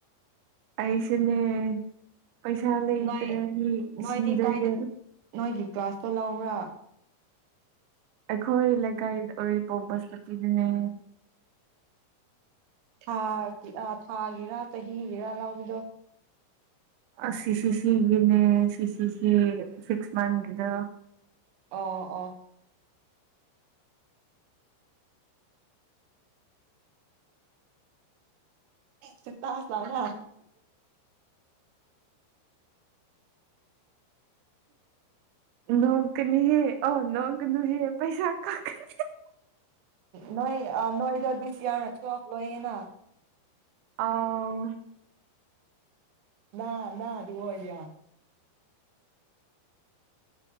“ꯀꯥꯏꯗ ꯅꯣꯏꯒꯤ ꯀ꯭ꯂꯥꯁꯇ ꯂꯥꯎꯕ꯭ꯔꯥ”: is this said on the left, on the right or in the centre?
Right